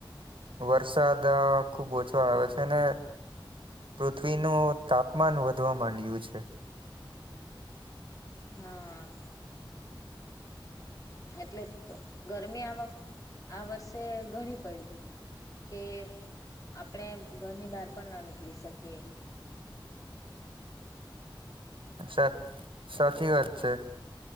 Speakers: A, on the right; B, on the left.
A: વરસાદ ખુબ ઓછો આવે છે ને પૃથ્વીનું તાપમાન વધવા માંડય્યું છે.
B: હા. એટલે જ તો ગરમી આ વ આ વર્ષે ઘણી પડી. કે આપણેે ઘરની બહાર પણ ના નીકળી શકીએ.
A: સાઆ સાચી વાત છે.